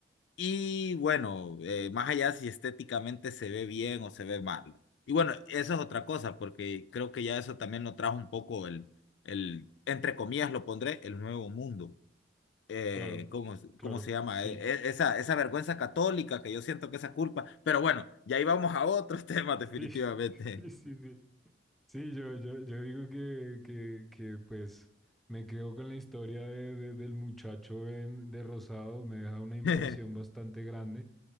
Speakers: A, on the left; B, in the centre.
A: y bueno, eh, más allá si estéticamente se ve bien o se ve mal. ¿no? Y bueno, eso es otra cosa, porque creo que ya eso también lo trajo un poco el, el entre comillas lo pondré, el nuevo mundo. Eh,
B: claro,
A: ¿cómo, es-
B: claro,
A: cómo se llama?
B: sí,
A: Eh, e- esa, esa vergüenza católica que yo siento que esa culpa. Pero bueno, ya íbamos a otros <laughs> temas definitivamente.
B: sí, <laughs> sí, sí, sí. Sí, yo, yo, yo digo que, que, que, pues me quedo con la historia de, de- del muchacho en- de Rosado, me deja una impresión
A: <laughs>
B: bastante grande